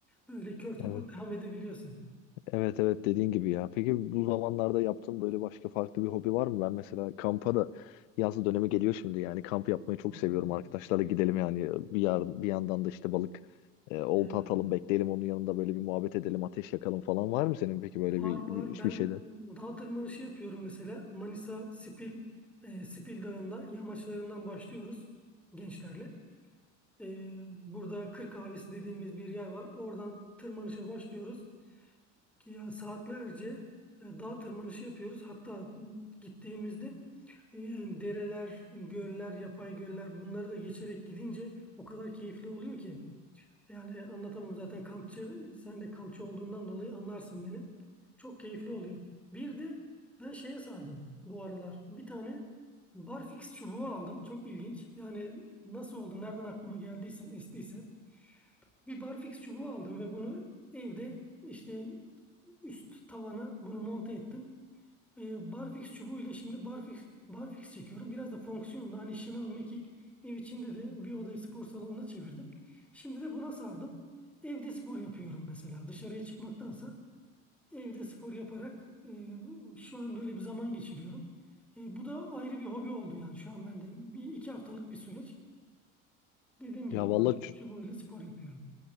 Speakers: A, in the centre; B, on the left (about 75°).
A: Böyle kör topal
B: Evet,
A: devam edebiliyorsun.
B: evet evet dediğin gibi ya. Peki bu zamanlarda yaptığın böyle başka farklı bir hobi var mı? Ben mesela kampa da yaz dönemi geliyor şimdi yani kamp yapmayı çok
A: Hmm.
B: seviyorum. Arkadaşlarla gidelim yani bir yarın bir yandan da işte balık e, olta
A: Ee,
B: atalım bekleyelim onun yanında böyle bir muhabbet edelim ateş yakalım falan var mı senin peki
A: var
B: böyle bir, bir,
A: var ben
B: bir şeyler?
A: dağ tırmanışı yapıyorum mesela Manisa Spil e, Spil Dağı'nda yamaçlarından başlıyoruz gençlerle. Ee, burada Kır Kahvesi dediğimiz bir yer var. Oradan tırmanışa başlıyoruz ki ya saatlerce e, dağ tırmanışı yapıyoruz. Hatta m, gittiğimizde e, yani dereler, göller, yapay göller bunları da geçerek gidince o kadar keyifli oluyor ki. Yani anlatamam zaten kampçı, sen de kampçı olduğundan dolayı anlarsın beni. Çok keyifli oluyor. Bir de ben şeye sardım bu aralar. Bir tane barfix çubuğu aldım. Çok ilginç. Yani nasıl oldu, nereden aklıma geldiyse, estiyse. Bir barfix çubuğu aldım ve bunu evde işte üst tavana bunu monte ettim. E, barfix çubuğuyla şimdi barfix barfix çekiyorum. Biraz da fonksiyonla hani şınav mekik ev içinde de bir odayı spor salonuna çevirdim. Şimdi de buna sardım. Evde spor yapıyorum mesela. Dışarıya çıkmaktansa evde spor yaparak e, şu an böyle bir zaman geçiriyorum. E, bu da ayrı bir hobi oldu yani şu an bende. Bir iki haftalık bir süreç. Dediğim gibi
B: Ya vallahi
A: barfix
B: çü-
A: çubuğuyla spor yapıyorum.